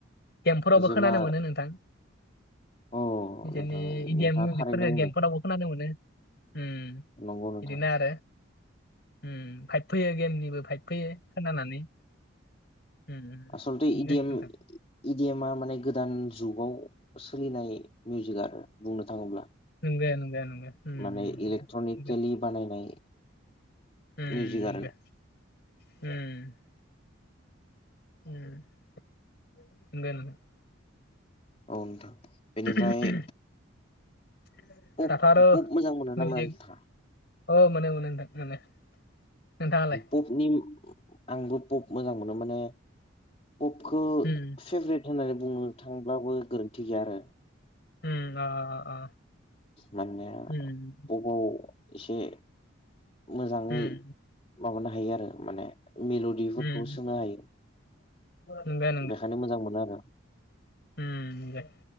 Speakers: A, on the left; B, on the left.
A: गेमफोरावबो
B: जेब्ला
A: खोनानो मोनो नोंथां
B: औ
A: बिसोरनि
B: नोंथां
A: इदियेम
B: नोंथाङा
A: मिउजिकफोरखो
B: थारैनो बुंदों
A: गेम फोरावबो खोनानो मोनो उम
B: नंगौ नोंथां
A: बिदिनो आरो उम भाइभ फैयो गेमनिबो भाइभ फैयो खोनानानै उम
B: आससलथे
A: उम
B: इदिएम
A: बेनो नोंथां
B: इडिएमा माने गोदान जुगाव सोलिनाय मिउजिक आरो बुंनो थाङोब्ला
A: नोंगो नोंगो नोंगो उम
B: माने
A: नोंगो
B: इलेक्ट्रनिकेलि बानायनाय
A: उम-म
B: मिउजिक आरो
A: नोंगो उम उम नोंगो नोंगो
B: औ नोंथां
A: <unintelligible>
B: बेनिफ्राय पब
A: आरो
B: पब मोजां मोनो
A: मिउजिक
B: ना मोना नोंथाङा?
A: औ मोनो मोनो नोंथां मोनो। नोंथाङालाय
B: पपनि आंबो पप मोजां मोनो माने पपखौ
A: उम
B: फेभ्रेट होननानै बुंनो थांब्लाबो गोरोन्थि गैया आरो।
A: उम अ अ अ।
B: माने
A: उम
B: बबाव एसे मोजाङै
A: उम
B: माबानो हायो आरो माने मिल बिफोरखौ
A: उम
B: सोलो हायो
A: नंगो
B: बेखायनो मोजां मोनो आरो
A: होम दे